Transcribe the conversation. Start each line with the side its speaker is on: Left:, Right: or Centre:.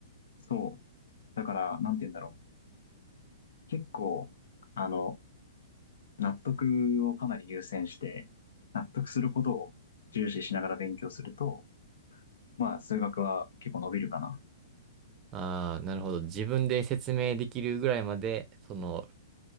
Left: そう。だから、なんて言うんだろう。結構、あの、納得をかなり優先して、納得することを重視しながら勉強すると、まあ、数学は結構伸びるかな。
Right: ああ、なるほど。自分で説明できるぐらいまで、その、